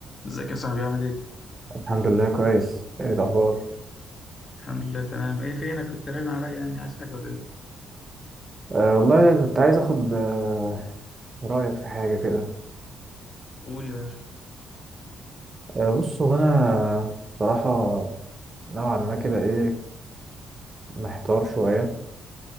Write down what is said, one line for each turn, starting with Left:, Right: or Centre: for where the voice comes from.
Left: ازيك يا صاحبي عامل ايه؟
Right: الحمد لله كويس ايه الاخبار
Left: الحمد لله تمام ايه فينك كنت رن عليا يعني عايز حاجة ولا ايه؟
Right: أه والله كنت عايز اخد أه رايك في حاجه كده
Left: قول يا باشا
Right: أه بص هو انا بصراحه نوعا ما كده ايه محتار شويه